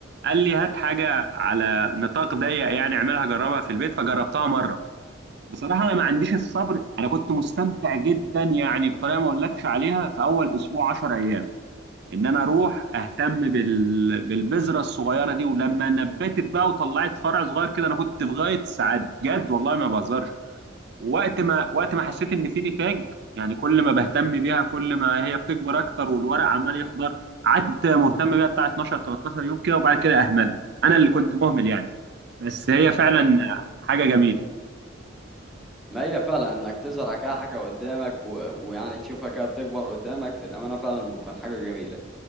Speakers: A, on the right; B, in the centre.
A: قال لي هات حاجه على نطاق ضيق يعني اعملها جربها في البيت فجربتها مره بصراحه انا ما عنديش الصبر انا كنت مستمتع جدا يعني بطريقه ما اقولكش عليها في اول اسبوع 10 ايام ان انا اروح اهتم بال... بالبذره الصغيره دي ولما نبتت بقى وطلعت فرع صغير كده انا كنت في غايه السعاده بجد والله ما بهزرش وقت ما وقت ما حسيت ان في نتاج يعني كل ما بهتم بيها كل ما هي بتكبر اكتر والورق عمال يخضر قعدت مهتم بيها بتاع 12 13 يوم كده وبعد كده اهملت انا اللي كنت مهمل يعني بس هي فعلا
B: ايوه
A: حاجه جميله
B: ما هي فعلا انك تزرع كده حاجة قدامك و... ويعني تشوفها كده بتكبر قدامك للأمانة فعلا بتكون حاجة جميلة